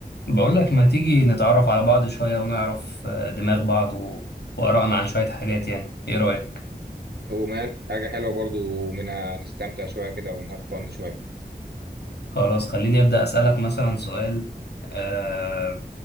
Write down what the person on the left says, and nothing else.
بقول لك ما تيجي نتعرف على بعض شوية ونعرف آه، دماغ بعض و... وآرائنا عن شوية حاجات يعني إيه رأيك؟
خلاص خليني أبدأ أسألك مثلا سؤال أه...